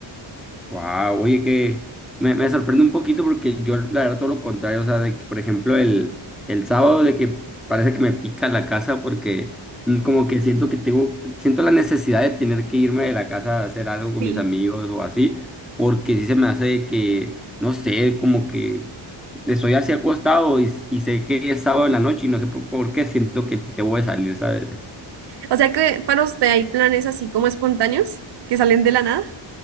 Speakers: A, in the centre; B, on the right.
A: Wow, oye, que me, me sorprende un poquito porque yo, la verdad, todo lo contrario, o sea, de que, por ejemplo, el, el sábado de que parece que me pica la casa porque mm, como que siento que tengo, siento la necesidad de tener que irme de la casa a hacer algo con
B: Sí.
A: mis amigos o así, porque sí se me hace de que, no sé, como que estoy así acostado y, y sé que es sábado en la noche y no sé por, por qué siento que te voy a salir, ¿sabes?
B: O sea que para usted hay planes así como espontáneos que salen de la nada.